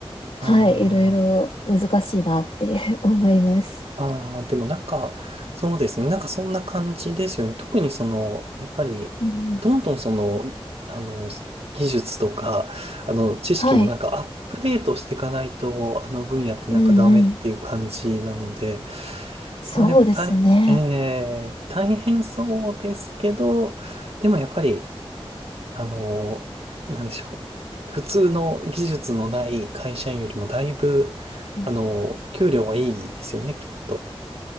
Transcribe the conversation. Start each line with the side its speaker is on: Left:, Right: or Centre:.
Right: あ
Left: はい。いろいろ難しいなって <laughs> 思います。
Right: あ、ああ、でもなんか、そうですね。なんかそんな感じですよね。特にその、やっぱり、
Left: うん、
Right: どんどんその、あの、技術とか、あの、知識もなんかアップデートしていかないと、
Left: はい。
Right: あの分野ってなんかダメっていう感じなので、
Left: うんうん。そうですね。
Right: まあでも大、えー、大変そうですけど、でもやっぱり、あの、なんでしょう。普通の技術のない会社員よりもだいぶ、
Left: うん
Right: あの、給料はいいですよね、きっと。